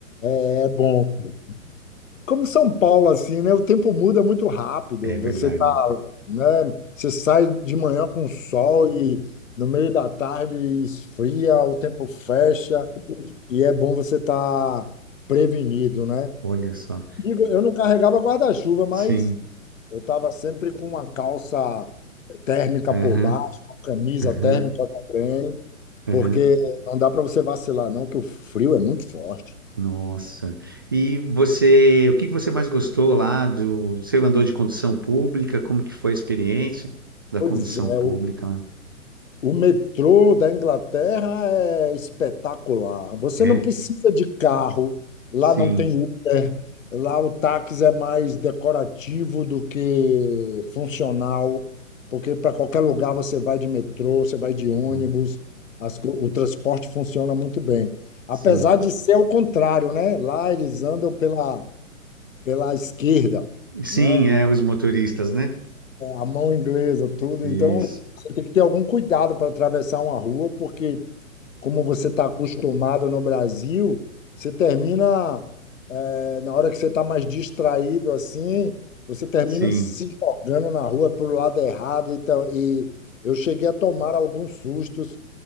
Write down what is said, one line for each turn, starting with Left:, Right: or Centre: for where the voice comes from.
Left: É bom. Como São Paulo, assim, né? O tempo muda muito rápido.
Right: É verdade.
Left: Você tá, né? Você sai de manhã com sol e no meio da tarde esfria, o tempo fecha e é bom você estar prevenido, né?
Right: Olha só.
Left: Digo, Eu não carregava guarda-chuva, mas
Right: Sim.
Left: eu estava sempre com uma calça térmica por
Right: Aham,
Left: baixo, uma camisa
Right: aham,
Left: térmica também,
Right: aham.
Left: porque não dá para você vacilar, não, que o frio é muito forte.
Right: Nossa. E você, o que que você mais gostou lá do... Você andou de condução pública? Como que foi a experiência da
Left: Pois
Right: condução
Left: é,
Right: pública lá?
Left: O metrô da Inglaterra é espetacular. Você
Right: É?
Left: não precisa de carro, lá
Right: Sim.
Left: não tem Uber, lá o táxi é mais decorativo do que funcional, porque para qualquer lugar você vai de metrô, você vai de ônibus,
Right: Olha,
Left: as co- o transporte funciona muito bem. Apesar
Right: Sim.
Left: de ser ao contrário, né? Lá eles andam pela, pela esquerda,
Right: Sim,
Left: né?
Right: é, os motoristas, né?
Left: a mão inglesa, tudo.
Right: Isso.
Left: Então, você tem que ter algum cuidado para atravessar uma rua, porque, como você está acostumado no Brasil, você termina, eh, na hora que você está mais distraído assim, você termina
Right: Sim.
Left: se jogando na rua para o lado errado. Então, e eu cheguei a tomar alguns sustos